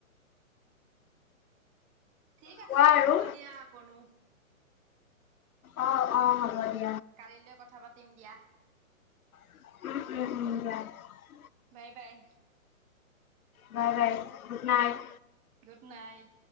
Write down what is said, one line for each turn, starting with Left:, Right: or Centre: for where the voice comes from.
Right: ঠিক আছে
Left: কোৱা আৰু
Right: হ'ব দিয়া অকনো
Left: অ-অ- হ'ব দে।
Right: কালিলৈ কথা পাতিম। দিম দিয়া।
Left: উম- উম- উম-
Right: bye bye.
Left: Bye- bye good night.
Right: Good night